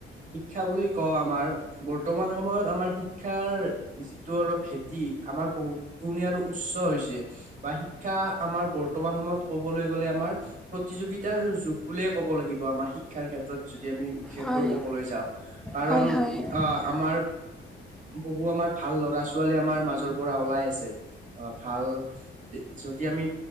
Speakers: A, on the right (about 40°); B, in the centre.
A: শিক্ষা বুলি কওঁ আমাৰ বৰ্তমান সময়ত আমাৰ শিকা, শিক্ষাৰ যিটো আৰু ভেতি আমাৰ বহুত গুণে আৰু উচ্চ হৈছে। বা শিক্ষা আমাৰ বৰ্তমান সময়ত কবলৈ গ'লে আমাৰ। প্ৰতিযোগিতাৰ যুগ বুলিয়ে ক'ব লাগিব আমাৰ শিক্ষাৰ ক্ষেত্ৰত যদি আমি। বিশেষকৈ
B: হয় হয়
A: কবলৈ যাওঁ কাৰণ
B: হয় হয়
A: আহ আমাৰ। বহু আমাৰ ভাল লৰা ছোৱালী আমাৰ মাজৰ পৰা ওলাই আছে অ ভাল, যদি আমি